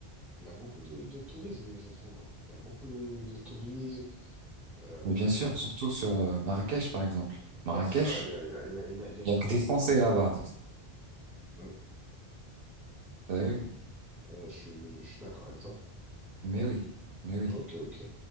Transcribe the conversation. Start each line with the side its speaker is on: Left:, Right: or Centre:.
Centre: il y a beaucoup de, de tourisme, je trouve. hein. Il y a beaucoup de, de tourisme. Euh,
Right: Mais bien sûr, surtout sur euh, Marrakech, par exemple. Marrakech,
Centre: ouais, c'est ça, il y a, il y a, il y a il y a
Right: il
Centre: énormément
Right: n'y a que des Français
Centre: de tourisme.
Right: là-bas,
Centre: Mm.
Right: t'as vu?
Centre: Voilà, je, suis je suis d'accord avec toi.
Right: Mais oui, mais oui.
Centre: Ok, ok.